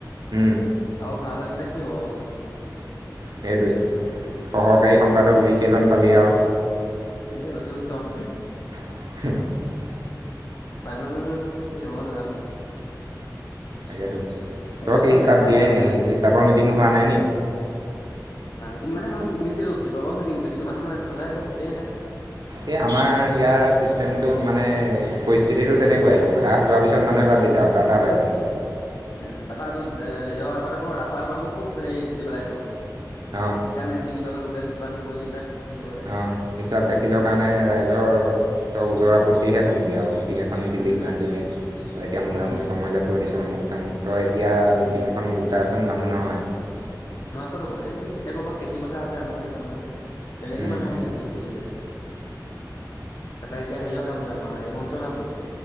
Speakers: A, on the right (about 65°); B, on the left (about 50°).
A: উম,
B: আৰু ভাও লৈ পেলাই কি হ'ব অৱস্থাটো
A: সেইটোৱে সহকাৰী
B: উম,
A: সম্পাদক যিকেইজন পালি আও
B: এ অতি উত্তম
A: <unintelligible>
B: মানুহ কি হ'ব নাজানো আৰু
A: তাকো তই
B: এনেকুৱা
A: কি
B: মানুহ
A: হিচাপ
B: দেখা
A: দিয়াই
B: পৃথিৱীত
A: নাই
B: মই।
A: হিচাপৰ মিটিং হোৱা নাই নি?
B: দিন মানে মি দিছিলো কেই বাওটাও মিটিং দিছিলো কিন্তু মানুহ নাই নেযাই গোটেই নাখায়।
A: এই আমাৰ ইয়াৰ চিষ্টেমটো মানে পৰিস্থিতিটো তেনেকোৱাইটো ৰাস হোৱাৰ পিছত মানুহে বা বিলা তঠটা বাই বাই।
B: উম তাৰপা হেৰিৰ আগত আকৌ ৰাসৰ আগত আকৌ খুব হেৰি দিবলৈ আহিব।
A: অঁ
B: ইচাম নিদিলে কিবা কৰিবলে কিমান কলি এইবিলাক হেৰি কৰিবলৈ
A: অ হিচাপ দেখিলৰ কাৰণে ৰাইজৰ তই ওজ আপত্তিহে শুনিবি আৰু ম টিং এখন নি দিলি
B: উম
A: ইমান দিনে আৰু এতিয়া মূৰা
B: উম
A: মূৰি সময়লৈাত থৈ দিছোঁ আমুক তামুক তই এতিয়া মিটিং
B: উম
A: এখন গোটাচোন মানুহ নহয়।
B: নহয় ক'ত হ'ব এই এতিয়া ক'ৰবাত খেতি পথাৰ আছে আমুক আছে তামুক আছে। তেনেকেই
A: উম
B: মানুহ শেষ গুচি যায়। তাৰাপৰা এতিয়া হেৰিৰ কামটো আমাৰ এই মঞ্চৰ কামটো